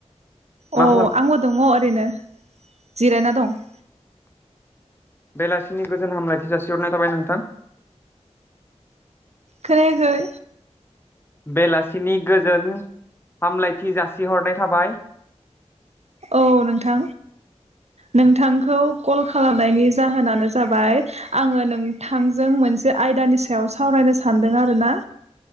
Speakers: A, on the left; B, on the right.
A: मा
B: अ
A: खालाम
B: आं दङ ओरैनो। जिरायना दं।
A: बेलासिनि गोजोन हामलायथि जासिहरनाय थाबाय नोंथां।
B: खोनायाखै
A: बेलासिनि गोजोन हामलायथि जासिहरनाय थाबाय।
B: औ नोंथां नोंथांखौ कल खालामनायनि जाहोनानो जाबाय आङो नोंथांजों मोनसे आयदानि सायाव सावरायनो सानदों आरोना।